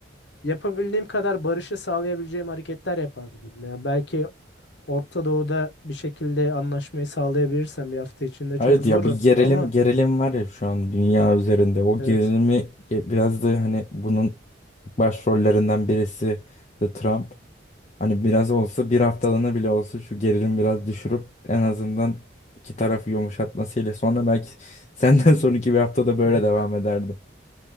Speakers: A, on the left; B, on the left.
A: yapabildiğim kadar barışı sağlayabileceğim hareketler yapardım. Ya belki Orta Doğu'da bir şekilde anlaşmayı sağlayabilirsem bir hafta içinde çok
B: Evet
A: zor
B: ya bir gerilim
A: ama
B: gerilim var ya şu an dünya üzerinde. O
A: evet.
B: gerilimi ge- biraz da hani bunun başrollerinden birisi de Trump. Hani biraz olsa bir haftalığına bile olsa şu gerilim biraz düşürüp en azından iki tarafı yumuşatmasıyla sonra belki <laughs> senden sonraki bir haftada böyle
A: <laughs>
B: devam ederdi.